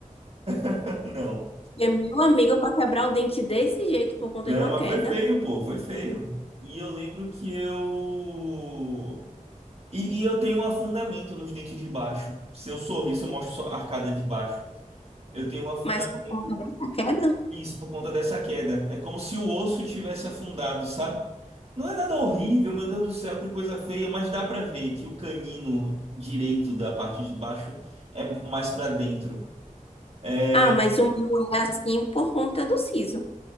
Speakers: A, on the right (about 45°); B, on the left (about 45°).
A: <laughs> Não.
B: E é meu amigo para quebrar o dente desse jeito por conta
A: Não,
B: de uma
A: mas
B: queda.
A: foi feio, pô, foi feio. E eu lembro que eu. E, e eu tenho um afundamento nos dentes de baixo. Se eu sorrir, se eu mostro só a arcada de baixo. Eu tenho um afundamento.
B: Mas por conta dessa queda?
A: Isso por conta dessa queda. É como se o osso tivesse afundado, sabe? Não é nada horrível, meu Deus do céu, que coisa feia, mas dá pra ver que o canino direito da parte de baixo é mais pra dentro. É,
B: Ah, mas o meu é assim por conta do siso.